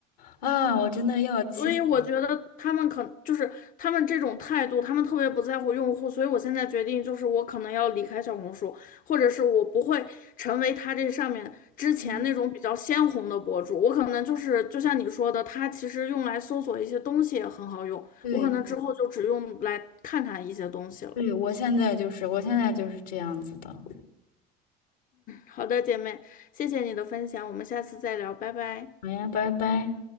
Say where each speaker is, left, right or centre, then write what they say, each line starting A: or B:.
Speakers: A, on the left; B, on the left.
A: 啊，我真的要气死了。
B: 所以我觉得他们可就是他们这种态度，他们特别不在乎用户，所以我现在决定就是我可能要离开小红书，或者是我不会成为他这上面之前那种比较鲜红的博主，
A: 嗯，
B: 我可能就是就像你说的，它其实用来搜索一些东西也很好用，
A: 对
B: 我可能之后就只用来看看一些东西了。
A: 对，我现在就是我现在就是这样子的。
B: 好的，姐妹，谢谢你的分享，我们下次再聊，拜拜。
A: 好呀，拜拜。